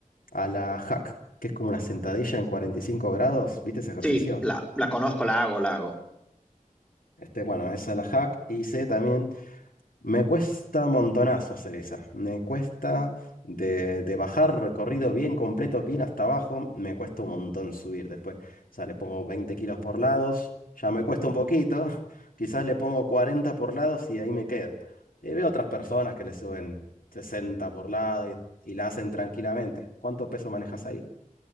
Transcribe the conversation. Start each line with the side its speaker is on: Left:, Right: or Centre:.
Left: a la hack, que es como una sentadilla en 45 grados, ¿viste ese ejercicio?
Centre: Sí, la, la conozco, la hago, la hago.
Left: Este, bueno, esa es la hack. Hice también Me cuesta montonazo hacer esa. Me cuesta de, de bajar recorrido bien completo, bien hasta abajo. Me cuesta un montón subir después. O sea, le pongo 20 kilos por lados. Ya me cuesta un poquito. <laughs> Quizás le pongo 40 por lados y ahí me quedo. Y veo otras personas que le suben 60 por lado y, y la hacen tranquilamente. ¿Cuánto peso manejas ahí?